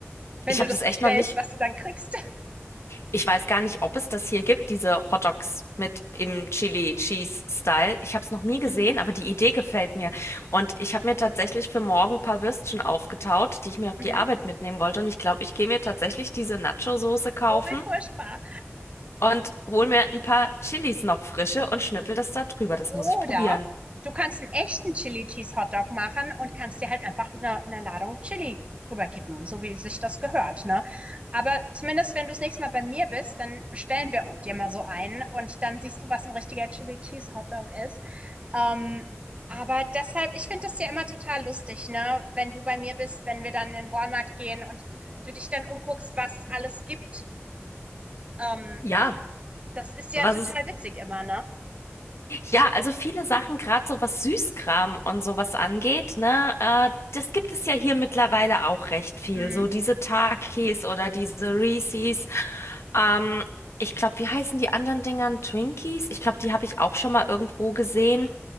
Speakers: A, on the right; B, on the left.
A: Wenn
B: Ich
A: du
B: habe
A: das
B: das echt
A: bestellst,
B: noch nicht.
A: was du dann kriegst. <laughs>
B: Ich weiß gar nicht, ob es das hier gibt, diese Hot Dogs mit im Chili Cheese Style. Ich habe es noch nie gesehen,
A: Mhm.
B: aber die Idee gefällt mir. Und ich habe mir tatsächlich für morgen ein paar Würstchen aufgetaut, die ich mir auf die
A: Mhm.
B: Arbeit mitnehmen wollte. Und ich glaube, ich gehe mir tatsächlich diese Nacho-Soße kaufen
A: Oh, wie furchtbar.
B: und hol mir ein paar Chilis noch frische und schnippel das da drüber. Das
A: Oder
B: muss ich probieren.
A: du kannst einen echten Chili Cheese Hotdog machen und kannst dir halt einfach eine, eine Ladung Chili drüber kippen, so wie sich das gehört, ne? Aber zumindest, wenn du das nächste Mal bei mir bist, dann bestellen wir dir mal so einen und dann siehst du, was ein richtiger Chili Cheese Hotdog ist. Ähm, aber deshalb, ich finde das ja immer total lustig, ne? Wenn du bei mir bist, wenn wir dann in Walmart gehen und du dich dann umguckst, was alles gibt. Ähm,
B: Ja,
A: das ist ja
B: was
A: total
B: ist,
A: witzig immer, ne?
B: Ja, also viele Sachen, gerade so was Süßkram und sowas angeht, ne, äh, das gibt es ja hier mittlerweile auch recht viel.
A: Mhm.
B: So diese Takis oder diese Reese's. Ähm, ich glaube, wie heißen die anderen Dingern? Twinkies? Ich glaube, die habe ich auch schon mal irgendwo gesehen.